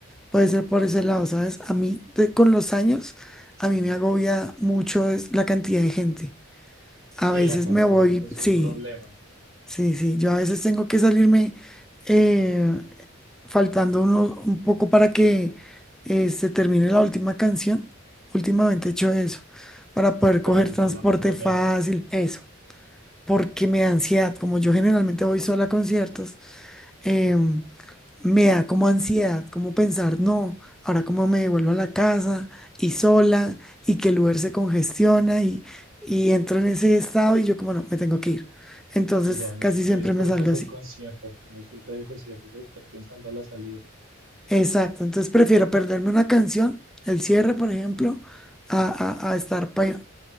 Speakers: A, in the centre; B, on the right.
A: puede ser por ese lado, ¿sabes? A mí, de- con los años, a mí me agobia mucho es la cantidad de gente. A
B: Sí,
A: veces
B: la cantidad
A: me voy,
B: es
A: sí,
B: un problema
A: sí, sí, yo a veces tengo que salirme. eh, faltando uno, un poco para que eh, se termine la última canción. Últimamente he hecho eso, para poder
B: para
A: coger
B: evitar
A: transporte
B: la montonera.
A: fácil, eso, porque me da ansiedad, como yo generalmente voy sola a conciertos, em, me da como ansiedad, como pensar, no, ahora cómo me devuelvo a la casa y sola y que el Uber se congestiona y, y entro en ese estado y yo como no, me tengo que ir. Entonces
B: Si ya no,
A: casi
B: no
A: siempre
B: disfrutas
A: me salgo así.
B: el concierto, no disfrutas del concierto por estar pensando en la salida.
A: Exacto, entonces prefiero perderme una canción, el cierre, por ejemplo, a, a- a estar pe-